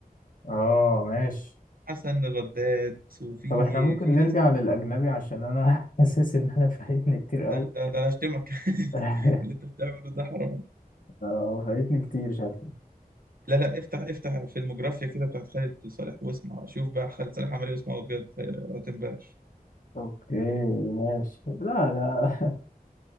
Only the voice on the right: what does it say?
حسن الرداد وفي
في
ناس
ده, ده, ده انا اشتمك <laughs>
اللي انت بتعمله ده حرام
لا لا افتح افتح فيلموجرافيا كده بتاعت خالد صالح واسمع شوف بقى خالد صالح عمل ايه واسمعه بجد هتنبهر